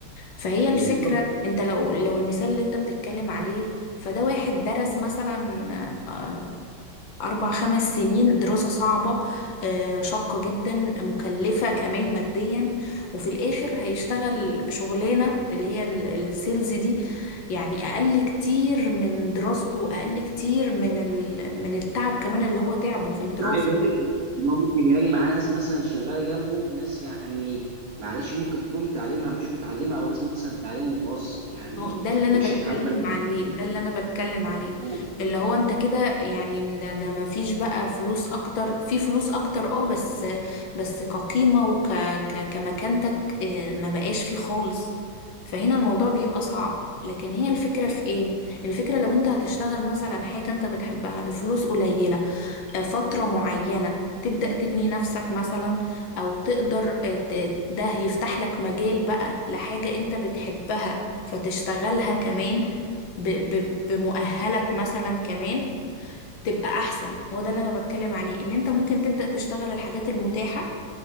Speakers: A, on the left; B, on the right.
A: فهي الفكره
B: بالظبط
A: انت لو لو المثال اللي انت بتتكلم عليه فده واحد درس مثلا آه، أربع خمس سنين دراسة صعبة آه، شاقة جدا مكلفة كمان ماديا وفي الآخر هيشتغل شغلانة اللي هي ال- السيلز دي يعني أقل كتير من دراسته وأقل كتير من ال... من التعب كمان اللي هو تعبه في الدراسة
B: انا عايز اقول لك ان هو ممكن يلاقي معاه ناس مثلا شغاله جنبه ناس يعني معلش ممكن تكون تعليمها مش متعلمه او ناس مثلا تعليم متوسط يعني
A: ما هو ده اللي انا
B: مش
A: بتكلم
B: هيتعامل
A: عليه ده اللي انا بتكلم عليه
B: معاهم.
A: اللي هو انت كده يعني من ده, ده ما فيش بقى فلوس اكتر في فلوس اكتر اه بس بس كقيمة وك ك كمكانتك آه، ما بقاش فيه خالص فهنا الموضوع بيبقى صعب لكن هي الفكرة في ايه الفكرة لو انت هتشتغل مثلا حاجة انت بتحبها بفلوس قليلة فترة معينة تبدأ تبني نفسك مثلا أو تقدر آه، ت- ده يفتح لك مجال بقى لحاجة أنت بتحبها فتشتغلها كمان ب- ب- بمؤهلك مثلا كمان تبقى أحسن هو ده اللي أنا بتكلم عليه إن أنت ممكن تبدأ تشتغل الحاجات المتاحة